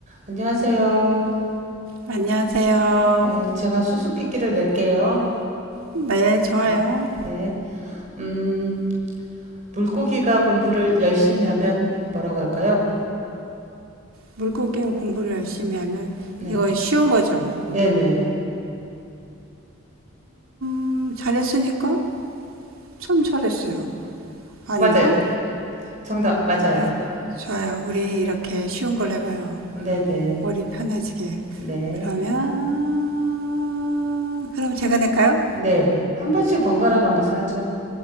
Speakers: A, on the right; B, on the right.
A: 안녕하세요.
B: 안녕하세요.
A: 네, 제가 수수께끼를 낼게요.
B: 네, 좋아요.
A: 네, 네. 음, 물고기가 공부를 열심히 하면 뭐라고 할까요?
B: 물고기 공부를 열심히 하면
A: 네,
B: 이거 쉬운 거죠.
A: 네네.
B: 음, 잘했으니까 참 잘했어요. 아닌가?
A: 맞아요. 정답, 맞아요.
B: 네, 좋아요. 우리 이렇게 쉬운 걸 해봐요.
A: 네네. 네,
B: 머리 편해지게.
A: 네.
B: 그러면 그럼 제가 낼까요?
A: 네. 한 번씩 번갈아 가면서 하죠.